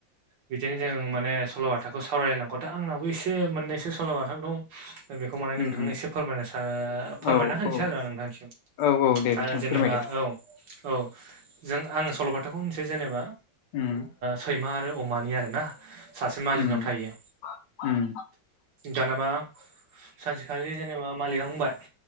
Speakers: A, on the right (about 80°); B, on the left (about 75°).
A: बिदिनो जों माने सल'बाथाखौ सावरायलाय नांगौआथ' आंनावबो एसे एसे मोननैसो सल' बाथा दं बेखौ माने नोंथांनो
B: उम
A: एसे फोरमायनो सै फोरमायना
B: औ
A: होनोसै
B: औ
A: आरो नोंथांसिम
B: औ औ दे
A: दा
B: बिथां
A: जेनेबा
B: फोरमायदो
A: औ औ जों आङ सल'बाथाखौ होनसै जेनेबा
B: उम
A: सैमा आरो अमानि आरो ना सासे मालिकनाव
B: उम
A: थायो
B: उम
A: दानाबा सानसेखालि जेनेबा मालिकआ बुंबाय